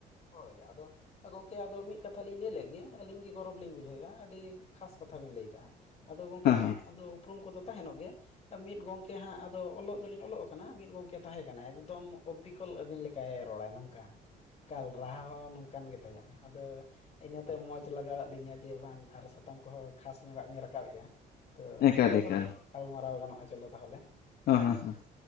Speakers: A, on the left; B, on the left.
A: ᱦᱳᱭ ᱟᱫᱚ ᱾ ᱜᱚᱝᱠᱮ ᱟᱫᱚ ᱢᱤᱫ ᱠᱟᱛᱷᱟ ᱞᱤᱧ ᱞᱟᱹᱭ ᱞᱮᱜᱮ ᱟᱹᱞᱤᱧ ᱜᱮ ᱜᱚᱨᱚᱵᱽ ᱞᱤᱧ ᱵᱩᱡᱷᱟᱹᱣᱮᱫᱼᱟ ᱟᱹᱰᱤ ᱠᱷᱟᱥ ᱠᱟᱛᱷᱟ ᱵᱤᱱ ᱞᱟᱹᱭ ᱠᱟᱜᱼᱟ ᱾ ᱟᱫᱚ ᱜᱚᱝᱠᱮ
B: ᱦᱮᱸ
A: ᱦᱟᱸᱜ
B: ᱦᱮᱸ
A: ᱟᱫᱚ ᱩᱯᱨᱩᱢ ᱠᱚᱫᱚ ᱛᱟᱦᱮᱱᱚᱜ ᱜᱮ ᱾ ᱢᱤᱫ ᱜᱚᱝᱠᱮ ᱦᱟᱸᱜ ᱟᱫᱚ ᱚᱞᱚᱜ ᱫᱚᱞᱤᱧ ᱚᱞᱚᱜ ᱠᱟᱱᱟ ᱢᱤᱫ ᱜᱚᱝᱠᱮ ᱛᱟᱦᱮᱸ ᱠᱟᱱᱟᱭ ᱮᱠᱫᱚᱢ ᱚᱵᱤᱠ ᱠᱚᱞ ᱟᱵᱤᱱ ᱞᱮᱠᱟᱭ ᱨᱚᱲᱟ ᱱᱚᱝᱠᱟ ᱾ ᱮᱠᱟᱞ ᱨᱟᱦᱟ ᱦᱚᱸ ᱱᱚᱝᱠᱟᱱ ᱜᱮ ᱛᱟᱭᱟ ᱟᱫᱚᱼᱼ ᱤᱱᱟᱹ ᱛᱟᱭᱚᱢ ᱢᱚᱸᱡᱽ ᱞᱟᱜᱟᱣᱟᱫ ᱞᱤᱧᱟᱹ ᱡᱮ ᱵᱟᱝ ᱟᱨ ᱥᱟᱛᱳᱢ ᱠᱚᱦᱚ ᱠᱷᱟᱥ ᱧᱚᱜᱟᱜ ᱵᱤᱱ ᱨᱟᱠᱟᱵᱮᱜᱼᱟ ᱾ ᱛᱚ
B: ᱮᱠᱟᱞ
A: ᱪᱚᱞᱚ
B: ᱮᱠᱟᱞ
A: ᱜᱟᱞᱢᱟᱨᱟᱣ ᱜᱟᱱᱚᱜᱼᱟ ᱪᱚᱞᱚ ᱛᱟᱦᱚᱞᱮ ᱾
B: ᱦᱚᱸ ᱦᱚᱸ ᱦᱚᱸ